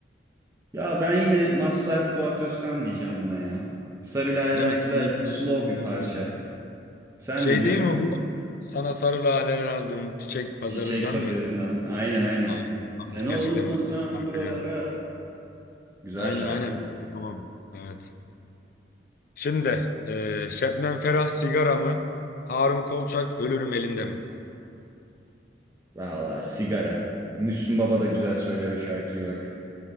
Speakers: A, on the right; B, on the left.
A: Ya ben yine Mazhar Fuat Özkan diyeceğim buna ya. Sarı Laleler
B: Değil mi?
A: güzel,
B: Sana
A: slow
B: sarı laleler
A: bir parça.
B: aldım.
A: Sen
B: Şey
A: ne diyorsun?
B: değil mi bu? Sana sarı laleler aldım çiçek pazarından
A: Çiçek Pazarı'ndan.
B: mıydı?
A: Aynen aynen.
B: Aa,
A: Sen
B: gerçekten
A: olmasan
B: müthiş bir şarkı
A: buralara.
B: ya.
A: Güzel
B: Aynen
A: şarkı
B: aynen
A: ya.
B: biliyorum tamam. Evet. Şimdi e, Şebnem Ferah sigara mı? Harun Kolçak ölürüm elinde mi?
A: Vallahi sigara. Müslüm Baba da güzel söyler o şarkıyı bak.